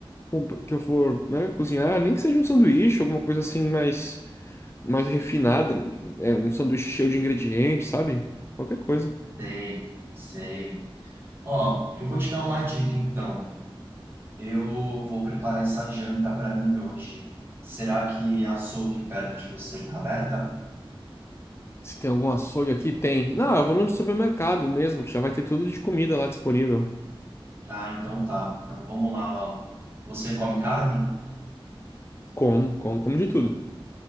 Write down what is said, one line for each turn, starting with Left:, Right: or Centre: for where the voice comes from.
Left: comp- que eu for, né, cozinhar, nem que seja um sanduíche, alguma coisa assim mais, mais refinada, é um sanduíche cheio de ingredientes, sabe? Qualquer coisa.
Right: Sei, sei. Ó, eu vou te dar uma dica então. Eu vou preparar essa janta pra mim hoje. Será que a açougue perto de você tá aberta?
Left: Se tem algum açougue aqui, tem. Não, eu vou no supermercado mesmo, que já vai ter tudo de comida lá disponível.
Right: Ah, então tá. Então vamos lá, ó. Você come carne?
Left: Como, como, como de tudo.